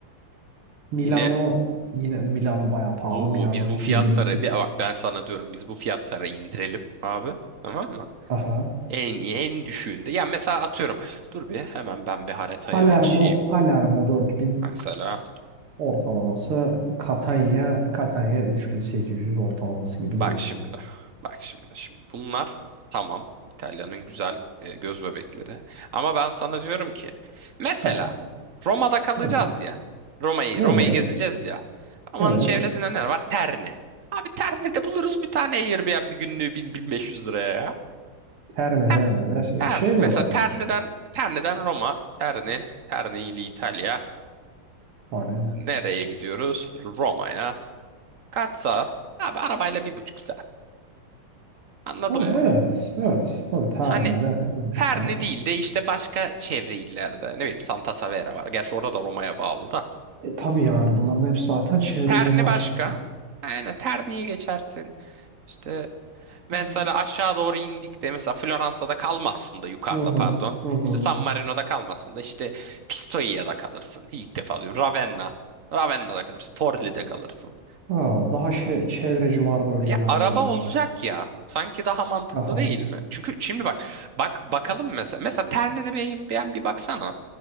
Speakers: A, on the right (about 80°); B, on the right (about 50°).
A: Milano
B: Yine
A: yine Milano bayağı pahalı.
B: bu
A: Milano
B: biz bu fiyatları
A: 7000
B: bir bak ben sana diyorum biz bu fiyatları indirelim abi. Tamam mı?
A: Aha.
B: En iyi en düşüğünde. Ya mesela atıyorum. Dur bir hemen ben bir haritayı
A: Palermo
B: açayım.
A: Palermo 4000
B: Mesela
A: ortalaması Catania Catania 3800 ortalaması gibi
B: Bak
A: duruyor.
B: şimdi. Bak şimdi. Şimdi bunlar tamam. İtalya'nın güzel e, göz bebekleri. Ama ben sana diyorum ki mesela
A: Heh,
B: Roma'da kalacağız
A: evet
B: ya. Roma'yı
A: evet
B: Roma'yı gezeceğiz ya. Roma'nın
A: evet
B: çevresinde ne var? Terni. Abi Terni'de buluruz bir tane Airbnb günlüğü 1000-1500 liraya ya.
A: Terne'de
B: Ha,
A: mi? mesela
B: Terni.
A: şey de olabilir.
B: Mesela Terni'den Terni'den Roma, Terni, Terni ile İtalya.
A: Hani
B: Nereye gidiyoruz? Roma'ya. Kaç saat? Abi arabayla bir buçuk saat. Anladın
A: hani
B: mı?
A: evet evet tabii Terne'de
B: Hani
A: gümüşler.
B: Terni değil de işte başka çevre illerde. Ne bileyim Santa Severa var. Gerçi orada da Roma'ya bağlı da.
A: E, tabii yani bunların hepsi zaten çevre
B: Terni
A: civar
B: başka.
A: şehirler.
B: Yani Terni'ye geçersin. İşte mesela
A: Hani
B: aşağı doğru indik de mesela Floransa'da kalmazsın da yukarıda
A: hı hı
B: pardon.
A: hı hı.
B: İşte San Marino'da kalmazsın da işte Pistoia'da kalırsın. İlk defa diyorum. Ravenna. Ravenna'da kalırsın. Forlì'de kalırsın.
A: Ha, daha şey, çevre civar bölgelerde
B: Ya araba
A: diyorsun.
B: olacak ya. Sanki daha mantıklı
A: Aha.
B: değil mi? Çünkü şimdi bak bak bakalım mesela. Mesela Terni'de beyin bir bir baksana.